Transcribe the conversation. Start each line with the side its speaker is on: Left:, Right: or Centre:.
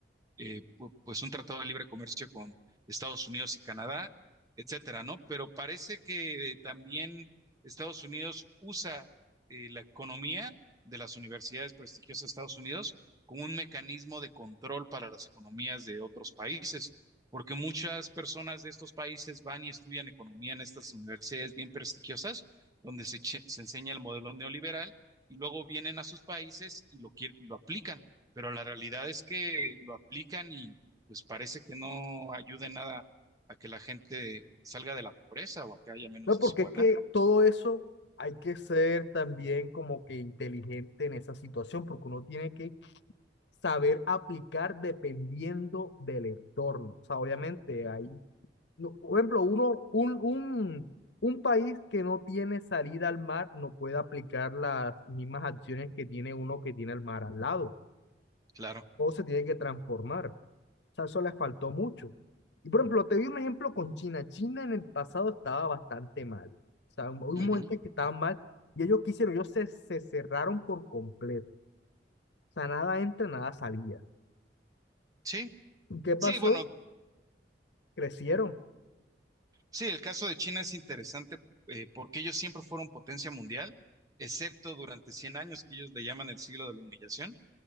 Right: eh, pu- pues un tratado de libre comercio con Estados Unidos y Canadá, etcétera, ¿no? Pero parece que eh, también Estados Unidos usa eh, la economía de las universidades prestigiosas de Estados Unidos como un mecanismo de control para las economías de otros países porque muchas personas de estos países van y estudian economía en estas universidades bien prestigiosas, donde se, che- se enseña el modelo neoliberal y luego vienen a sus países y lo, quier- y lo aplican, pero la realidad es que lo aplican y pues parece que no ayude en nada a que la gente salga de la pobreza o a que haya menos
Left: ¿no?
Right: desigualdad.
Left: Porque es que todo eso hay que ser también como que inteligente en esa situación, porque uno tiene que saber aplicar dependiendo del entorno. O sea, obviamente hay no, por ejemplo, uno, un, un, un país que no tiene salida al mar no puede aplicar las mismas acciones que tiene uno que tiene el mar al lado.
Right: Claro.
Left: Todo se tiene que transformar. O sea, eso les faltó mucho. Y por ejemplo, te doy un ejemplo con China. China en el pasado estaba bastante mal. O sea, hubo
Right: Ujú.
Left: un momento en que estaban mal y ellos quisieron, ellos se, se cerraron por completo. O sea, nada entra, nada salía.
Right: Sí,
Left: ¿Y qué pasó?
Right: sí, bueno,
Left: Crecieron.
Right: Sí, el caso de China es interesante eh, porque ellos siempre fueron potencia mundial, excepto durante 100 años que ellos le llaman el siglo de la humillación,